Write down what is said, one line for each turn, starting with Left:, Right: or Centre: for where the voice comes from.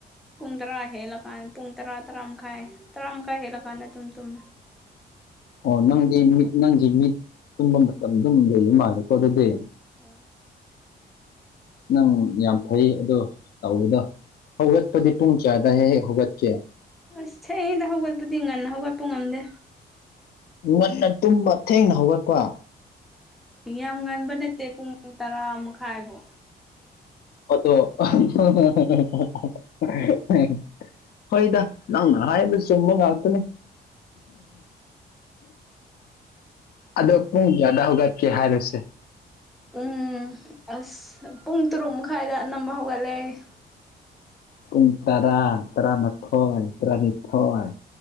Centre: ꯄꯨꯡ ꯇꯔꯥ ꯍꯦꯂ ꯀꯥꯟ ꯄꯨꯡ ꯇꯔꯥ ꯇꯔꯥ ꯃꯈꯥꯏ ꯇꯔꯥꯝꯈꯥꯏ ꯍꯦꯂ ꯀꯥꯟꯅ ꯑꯗꯨꯝ ꯇꯨꯝꯃꯦ
Left: ꯑꯣ ꯅꯪꯗꯤ ꯃꯤꯠ ꯅꯪꯁꯤ ꯃꯤꯠ ꯇꯨꯝꯕ ꯃꯇꯝ ꯑꯗꯨꯝ ꯂꯩꯕ ꯃꯥꯜꯂꯦꯀꯣ ꯑꯗꯨꯗꯤ
Centre: ꯍꯣꯏ
Left: ꯅꯪ ꯌꯥꯝ ꯐꯩ ꯑꯗꯣ ꯇꯧꯕꯗꯣ ꯍꯧꯒꯠꯄꯗꯤ ꯄꯨꯡ ꯀꯌꯥꯗ ꯍꯦꯛ ꯍꯦꯛ ꯍꯧꯒꯠ ꯀꯦ
Centre: ꯑꯁ ꯊꯦꯡꯉꯦꯗ ꯍꯧꯒꯠꯄꯗꯤ ꯉꯟꯅ ꯍꯧꯒꯠꯄ ꯉꯝꯗꯦ
Left: ꯉꯟꯅ ꯇꯨꯝꯕ ꯊꯦꯡꯅ ꯍꯧꯒꯠꯄ
Centre: ꯌꯥꯝ ꯉꯟꯕ ꯅꯠꯇꯦ ꯄꯨꯡ ꯇꯔꯥ ꯃꯈꯥꯏꯕꯨꯣ
Left: ꯃ ꯍꯣꯏꯗ ꯅꯪꯅ ꯍꯥꯏꯕ ꯆꯨꯝꯕ ꯉꯥꯛꯇꯅꯦ ꯑꯗꯣ ꯄꯨꯡ ꯀꯌꯥꯗ ꯍꯧꯒꯠꯀꯦ ꯍꯥꯏꯔꯁꯦ
Centre: ꯄꯨꯡ ꯑꯁ ꯄꯨꯡ ꯇꯔꯨꯛ ꯃꯈꯥꯏꯗ ꯑꯅꯝꯕ ꯍꯧꯒꯠꯂꯛꯦ
Left: ꯄꯨꯡ ꯇꯔꯥ ꯇꯔꯥꯃꯥꯊꯣꯏ ꯇꯔꯥꯅꯤꯊꯣꯏ